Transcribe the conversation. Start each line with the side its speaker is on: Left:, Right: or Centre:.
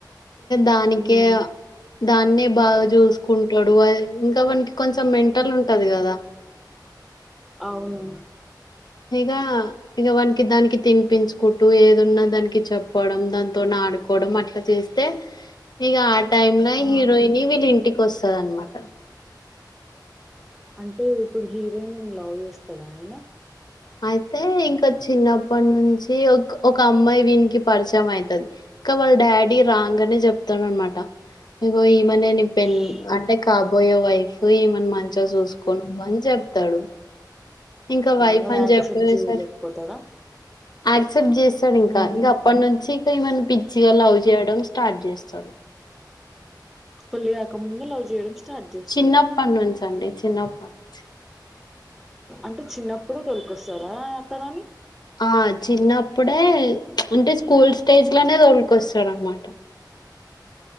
Left: దానికే
Centre: ఉమ్
Left: దాన్నే బాగా చూసుకుంటాడు అది ఇంకా వాణికి కొంచెం మెంటల్ ఉంటది కదా
Centre: అవును
Left: ఇగా ఇగ వానికి దానికి తినిపించుకుంటూ ఏదున్నా దానికి చెప్ప పోవడం దాంతో ఆడుకోవడం అట్లా చేస్తే ఇగా టైమ్ లో
Centre: ఆ
Left: హీరోయిని వీళ్ళ ఇంటికి వస్తది అనమాట
Centre: అంటే ఇప్పుడు హీరోయిన్ లవ్ చేస్తాడా అయినా
Left: అయితే ఇంకా చిన్నప్పటి నుంచి ఒక ఒక అమ్మాయి వీనికి పరిచయం అవుతది ఇంకా వాళ్ళ డాడీ రాంగనే చెప్తాడు అనమాట ఇకు ఈమనే ని పె
Centre: ఆ
Left: అంటే కాబోయే వైఫ్ ఈమన్ మం చిగా చూసుకో నువ్వు అని చెప్తడు ఇంకా
Centre: హ్మ్.
Left: వైఫ్
Centre: వాడు
Left: అని
Centre: యాక్సెప్ట్
Left: చెప్పే
Centre: చేయలేకపోతాడా
Left: సరికి యాక్సెప్ట్ చేస్తాడు ఇంకా
Centre: హ్మ్.
Left: ఇక అప్పటి నుంచి ఇక ఈమను పిచ్చిగా లవ్ చేయడం స్టార్ట్ చేస్తాడు
Centre: పెళ్లి కాకముందే లవ్ చేయడం స్టార్ట్ చేస్తాడు
Left: చిన్నప్పటి నుంచి అండి చిన్నప్పటి నుంచి
Centre: అంటే చిన్నప్పుడు తోలుకొస్తారా ఆ తనని
Left: ఆ చిన్నప్పుడే అంటే స్కూల్ స్టేజ్ లనే తోలుకొస్తాడు అన్నమాట